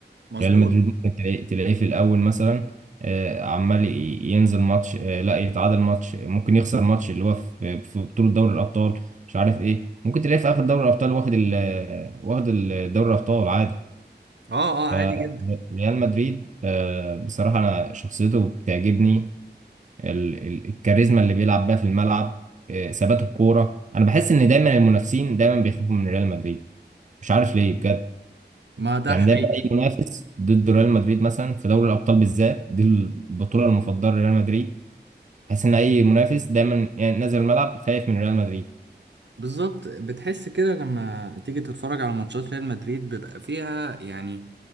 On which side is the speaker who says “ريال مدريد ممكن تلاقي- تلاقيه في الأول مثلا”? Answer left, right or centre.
Right